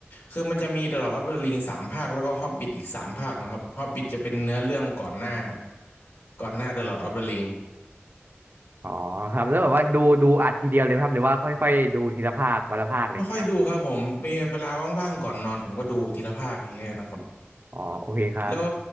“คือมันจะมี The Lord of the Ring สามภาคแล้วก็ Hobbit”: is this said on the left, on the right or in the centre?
Left